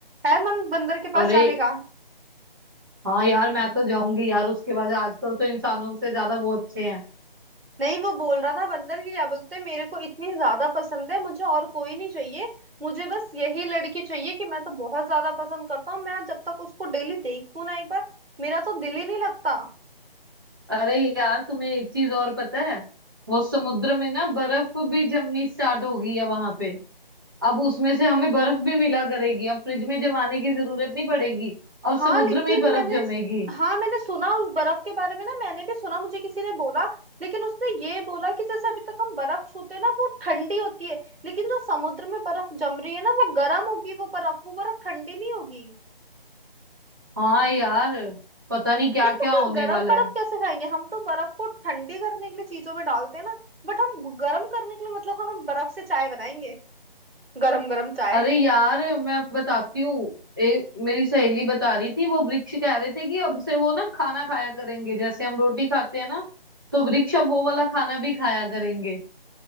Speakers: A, on the right (about 75°); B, on the right (about 20°).
A: है मन बंदर के पास
B: अरे
A: जाने का
B: हाँ यार मैं तो जाऊंगी यार उसके बाद आजकल तो इंसानों से ज्यादा वो अच्छे हैं
A: नहीं वो बोल रहा था बंदर की क्या बोलते हैं मेरे को इतनी ज्यादा पसंद है मुझे और कोई नहीं चाहिए मुझे बस यही लड़की चाहिए कि मैं तो बहुत ज्यादा पसंद करता हूँ मैं जब तक उसको डेली देखूं ना एक बार मेरा तो दिल ही नहीं लगता
B: अरे यार तुम्हें एक चीज और पता है वो समुद्र में ना बर्फ भी जमनी स्टार्ट हो गई है वहां पे अब उसमें से हमें बर्फ भी मिला करेगी अब फ्रिज में जमाने की जरूरत नहीं पड़ेगी अब
A: हाँ
B: समुद्र
A: लेकिन
B: में ही बर्फ
A: मैंने
B: जमेगी
A: हाँ मैंने सुना उस बर्फ के बारे में ना मैंने भी सुना मुझे किसी ने बोला लेकिन उसने ये बोला कि जैसे अभी तक हम बर्फ छूते हैं ना वो ठंडी होती है लेकिन जो समुद्र में बर्फ जम रही है ना वो गर्म होगी वो बर्फ वो बर्फ ठंडी नहीं होगी
B: हाँ यार पता नहीं क्या
A: यार
B: क्या
A: तो कोई
B: होने
A: गर्म
B: वाला
A: बर्फ
B: है
A: कैसे खाएंगे हम तो बर्फ को ठंडी करने के लिए चीजों में डालते हैं ना बट हम गर्म करने के लिए मतलब हम बर्फ से चाय बनाएंगे गरम गरम चाय
B: अरे यार मैं बताती हूँ एक मेरी सहेली बता रही थी वो वृक्ष कह रहे थे कि अब से वो ना खाना खाया करेंगे जैसे हम रोटी खाते हैं ना तो वृक्ष अब वो वाला खाना भी खाया करेंगे